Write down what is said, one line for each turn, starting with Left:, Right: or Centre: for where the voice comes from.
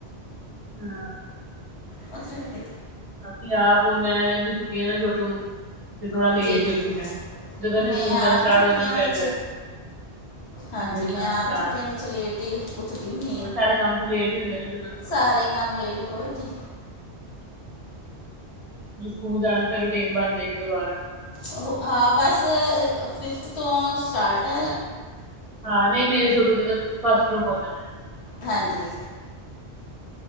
Right: ਹਾਂ।
Left: ਉੱਥੇ ਰਖਦੇ।
Right: ਅਸੀ ਆਪ ਹੁਣ ਮੈਂ, ਇਹਨੂੰ ਛੁੱਟੀਆਂ ਨੇ ਛੋਟੂ ਨੂੰ। ਤੇ ਥੋੜਾ ਲੇਟ
Left: ਜੀ
Right: ਈ ਉੱਠੀਦਾ, ਜਦੋਂ
Left: ਮੈਂ
Right: ਇਹਨੇ ਸਕੂਲ
Left: ਆਪ
Right: ਜਾਣਾ ਸਟਾਰਟ
Left: ਛੁੱਟੀਆਂ
Right: ਹੋ ਜਾਨਾ ਫਿਰ
Left: ਵਿੱਚ ਹਾਂਜੀ
Right: ਜਲਦੀ ਉੱਠਣਾ
Left: ਮੈਂ ਆਪ
Right: ਸਟਾਰਟ,
Left: ਛੁੱਟੀਆਂ ਵਿੱਚ ਲੇਟ ਹੀ ਉੱਠਦੀ ਹੁੰਦੀ
Right: ਮਤਲਬ
Left: ਹਾਂ
Right: ਸਾਰੇ ਕੰਮ ਫਿਰ ਲੇਟ ਈ ਹੁੰਦੇ ਨੇ, ਜ
Left: ਸਾਰੇ ਕੰਮ ਲੇਟ, ਹੋਰ ਕੀ।
Right: ਜਦ ਸਕੂਲ ਜਾਣਾ, ਫਿਰ ਰੂਟੀਨ ਬਣਜੇਗੀ ਦੁਬਾਰਾ।
Left: ਉਹ, ਹਾਂ, ਬਸ ਫਿਫਥ ਤੋਂ ਸਟਾਰਟ ਐ।
Right: ਹਾਂ, ਨਹੀਂ ਮੇਰੇ ਛੋਟੂ ਦੇ ਤੇ ਫਸਟ ਨੂੰ ਖੁਲ ਜਾਣੇ ਆ।
Left: ਹਾਂਜੀ।